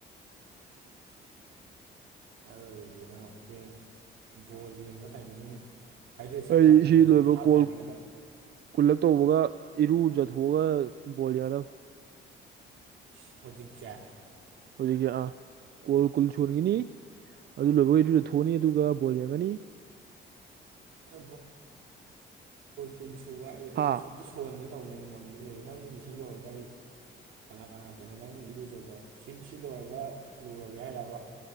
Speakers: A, on the right; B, on the right.
A: ꯎꯝ ꯑꯗꯨ ꯑꯣꯏꯒꯤꯅ ꯍꯦꯟ ꯕꯣꯜ ꯌꯦꯡꯕ ꯇꯥꯏꯃꯤꯡ ꯍꯥꯏꯗ꯭ꯔꯦꯠ
B: ꯑꯩ
A: ꯀꯩꯅꯣ
B: ꯁꯤ ꯂꯣꯏꯕ
A: ꯍꯥꯞ
B: ꯀꯣꯜ
A: ꯇꯥꯏꯃꯤꯡꯗ
B: ꯈꯨꯜꯂꯛ ꯇꯧꯕꯒ ꯏꯔꯨꯖ ꯍ ꯣꯜ ꯌꯥꯗ
A: <inaudible>
B: ꯍꯧꯖꯤꯛꯁ ꯑꯥ ꯀꯣꯜ ꯀꯨꯜ ꯁꯣꯟꯈꯤꯅꯤ ꯑꯗꯨ ꯂꯣꯏꯕꯈꯩ ꯑꯗꯨꯗ ꯊꯣꯛꯑꯅꯤ ꯑꯗꯨꯒ ꯕꯣꯜ ꯌꯦꯡꯒꯅꯤ
A: ꯀ ꯀꯨꯟ ꯁꯨꯕ ꯑꯩ
B: ꯍꯥ
A: ꯑꯝꯇ ꯁꯣꯟꯒꯦ ꯇꯧꯅꯤꯡ ꯃꯝꯗ ꯂꯩꯔꯦ ꯅꯪꯒꯤ ꯁꯤ ꯂꯣꯏꯔꯒ ꯑꯩ ꯀꯅꯥ ꯀꯅꯥꯗꯅ ꯅꯪ ꯏꯔꯨꯖꯕ ꯁꯤ ꯁꯤ ꯂꯣꯏꯔꯒ ꯂꯨꯔꯒꯦ ꯍꯥꯏꯔꯕ